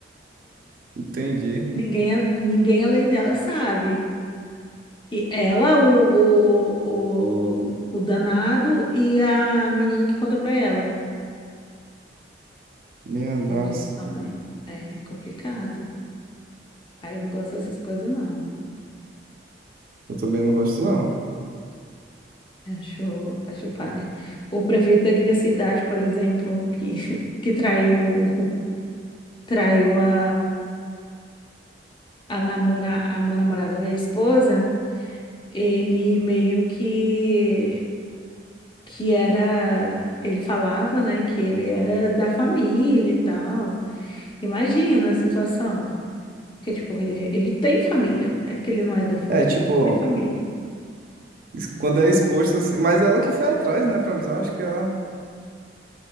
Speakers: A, on the right (about 50°); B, on the left (about 25°).
A: Entendi.
B: Ninguém, a- ninguém além dela sabe. E ela, o, o, o, o danado e a menina que contou pra ela.
A: Minha nossa.
B: Entendi isso também. É complicado. Aí não gosto dessas coisas, não.
A: Eu também não gosto, não.
B: Acho, acho palha. O prefeito aqui da cidade, por exemplo, que, <laughs> que traiu, traiu a, a, namora, a namorada, veio a esposa, ele meio que. que era, ele falava, né, que ele era da família e tal. Imagina a situação. Porque, tipo, ele, ele tem família, não é que ele não é da família,
A: É, tipo,
B: tem família.
A: es- quando é exposto assim. Mas ela que foi atrás, né, pra avisar. Acho que ela.